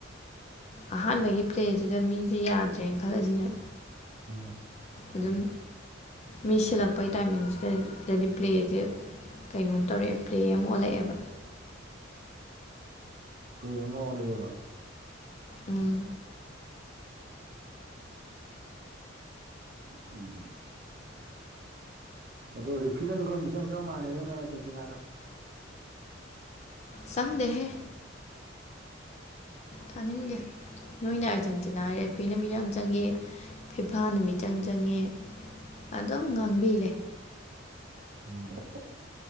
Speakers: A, on the left (about 35°); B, on the right (about 50°).
A: ꯑꯍꯥꯟꯕꯒꯤ ꯄ꯭ꯂꯦꯁꯤꯗ ꯃꯤꯁꯦ ꯌꯥꯗ꯭ꯔꯦꯅ ꯈꯜꯂꯁꯤꯅꯦ
B: ꯑꯥ
A: ꯑꯗꯨꯝ ꯃꯤ ꯁꯤꯜꯂꯛꯄꯩ ꯇꯥꯏꯃꯤꯡꯁꯤꯗꯗꯗꯤ ꯄ꯭ꯂꯦꯖꯦ ꯀꯩꯅꯣꯝ ꯇꯧꯔꯛꯑꯦ ꯄ꯭ꯂꯦ ꯑꯃ ꯑꯣꯜꯂꯛꯑꯦꯕ
B: ꯄ꯭ꯂꯦ ꯑꯃ ꯑꯣꯜꯂꯛꯑꯦꯕ
A: ꯑ
B: ꯎ ꯎꯝ ꯑꯗꯣ ꯔꯦꯐꯤꯅꯁꯨ ꯈꯔ ꯃꯤꯆꯪ ꯆꯪ ꯃ ꯃꯥꯜꯂꯦꯗ ꯅꯣꯏ ꯑꯔꯖꯦꯟꯇꯤꯅꯥꯣ
A: ꯆꯪꯗꯦꯍꯦ ꯊꯥꯅꯤꯡꯗꯦ ꯅꯣꯏꯅ ꯑꯥꯔꯖꯦꯟꯇꯤꯅꯥ ꯔꯦꯐ꯭ꯔꯤꯅ ꯃꯤꯠꯌꯦꯡ ꯆꯪꯉꯦ ꯐꯤꯐꯥꯅ ꯃꯤꯆꯪ ꯆꯪꯉꯦ ꯑꯗꯨꯝ ꯉꯥꯡꯕꯤꯂꯩ
B: ꯎꯝ